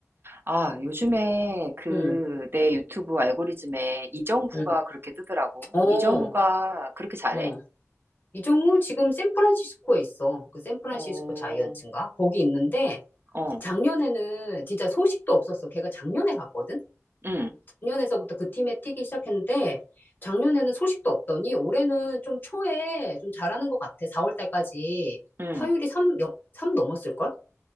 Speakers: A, on the right; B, on the left.
A: 아, 요즘에 그
B: 응,
A: 내 유튜브 알고리즘에 이정후가
B: 응.
A: 그렇게 뜨더라고.
B: 어,
A: 이정후가 그렇게 잘해?
B: 어. 이정우 지금 샌프란시스코에 있어. 그 샌프란시스코
A: 어,
B: 자이언츠인가? 거기 있는데
A: 어,
B: 작년에는 진짜 소식도 없었어. 걔가 작년에 갔거든?
A: 음,
B: 작년에서부터 그 팀에 뛰기 시작했는데 작년에는 소식도 없더니 올해는 좀 초에 좀 잘하는 것 같아. 4월 달까지
A: 음.
B: 타율이 3, 3 넘었을걸?